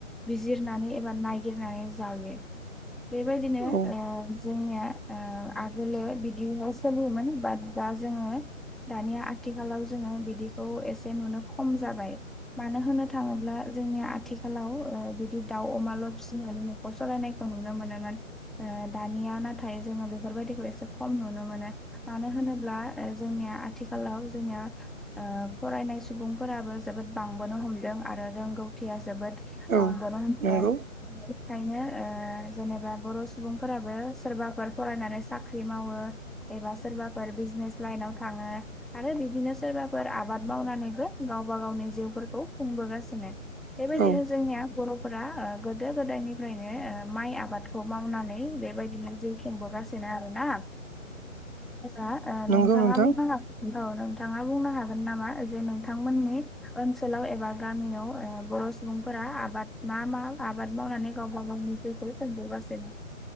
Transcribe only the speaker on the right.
औ
औ
नंगौ
औ
नंगौ नोंथां